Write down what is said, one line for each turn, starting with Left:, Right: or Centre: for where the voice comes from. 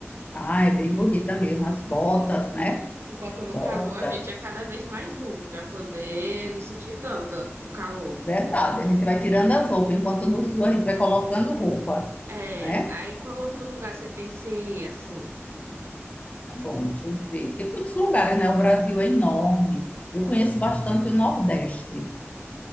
Left: Ah, é bem bonita mesmo. As botas, né?
Right: Enquanto no
Left: Bota.
Right: calor, a gente é cada vez mais nu para poder não sentir tanto o calor.
Left: Verdade. A gente vai tirando as roupas, enquanto no sul a gente vai colocando roupa,
Right: É,
Left: né?
Right: aí qual outro lugar você pensa em ir, assim?
Left: Tá Bom, deixa eu ver. Tem muitos lugares, né? O Brasil é enorme. Eu conheço bastante o Nordeste.